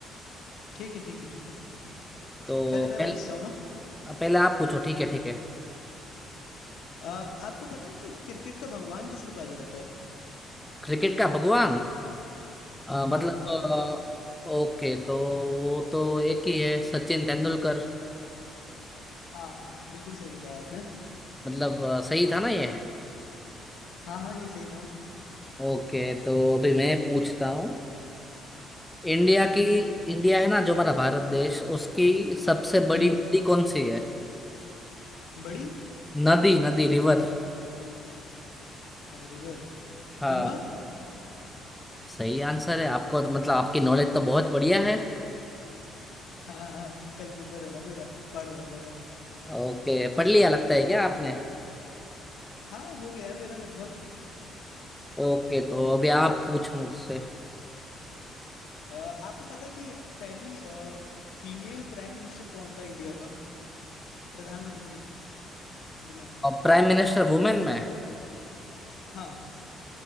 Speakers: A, on the left; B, in the centre.
A: ठीक है ठीक है ठीक है
B: तो
A: पहले मैं
B: पहले
A: पूछता हूँ ना
B: पहले आप पूछो ठीक है ठीक है
A: आ, आपको पता है कि क्रिकेट का भगवान किसको कहा जाता है
B: क्रिकेट का भगवान अ, मतलब
A: हाँ गॉड ऑफ क्रिकेट
B: अ, ओके तो वो तो एक ही है सचिन तेंदुलकर
A: हाँ बिल्कुल सही बताया आपने
B: मतलब अ, सही था ना ये
A: हाँ हाँ ये सही था
B: ओके तो अभी मैं पूछता हूँ इंडिया की इंडिया है ना जो हमारा भारत देश उसकी सबसे बड़ी
A: हम्म
B: नदी कौन सी है
A: बड़ी
B: नदी नदी रिवर
A: रिवर
B: हाँ
A: गंगा
B: सही आंसर है आपको मतलब आपकी नॉलेज तो बहुत बढ़िया है
A: हाँ हाँ हाँ, कल पेपर है ना मेरा पढ़ रहा था मैं
B: ओके पढ़ लिया लगता है क्या आपने
A: हाँ हो गया है मेरा लगभग
B: ओके तो अभी आप पूछ मुझसे
A: आ, आपको पता है कि ये पहली आ, फीमेल प्राइम मिनिस्टर कौन था इंडिया का प्रधानमंत्री वुमेन
B: प्राइम मिनिस्टर वुमेन में
A: हाँ